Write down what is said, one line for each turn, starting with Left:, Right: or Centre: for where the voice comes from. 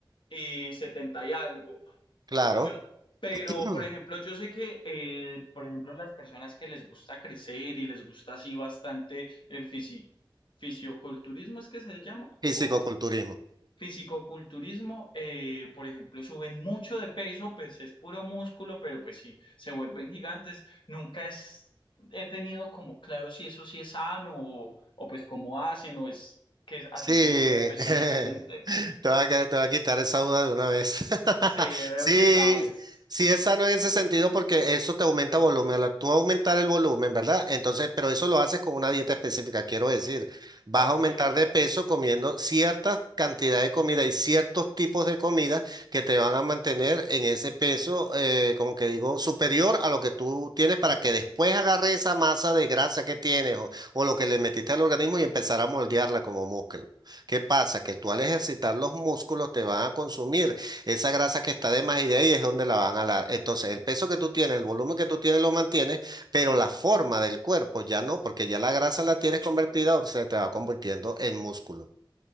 Left: y 70 y algo.
Right: claro.
Left: Yo, pero,
Right: <clears throat>
Left: por ejemplo, yo sé que, eh, por ejemplo, las personas que les gusta crecer y les gusta así bastante el fisi- fisioculturismo, ¿es que se llama?
Right: Fisicoculturismo.
Left: O fisicoculturismo, eh, por ejemplo, suben mucho de peso, pues es puro músculo, pero pues sí, se vuelven gigantes. Nunca es, he tenido como claro si eso sí es sano o, o pues cómo hacen o es que así
Right: Sí,
Left: se sube de peso
Right: <laughs>
Left: diferente.
Right: te va a, que- te va a quitar esa duda de una vez. <laughs>
Left: Sí, veo
Right: Sí,
Left: que sabes.
Right: sí es sano en ese sentido porque eso te aumenta volumen. al Tú aumentar el volumen, ¿verdad? Entonces, pero eso lo haces con una dieta específica, quiero decir. Vas
Left: Ok.
Right: a aumentar de peso comiendo cierta cantidad de comida y ciertos tipos de comida que te van a mantener en ese peso, eh, como que digo, superior a lo que tú tienes para que después agarre esa masa de grasa que tienes o o lo que le metiste al organismo y empezar a moldearla como músculo. ¿Qué pasa? Que tú al ejercitar los músculos te van a consumir esa grasa que está de más y de ahí es donde la van a dar. Entonces, el peso que tú tienes, el volumen que tú tienes lo mantienes, pero la forma del cuerpo ya no, porque ya la grasa la tienes convertida o se te va convirtiendo en músculo.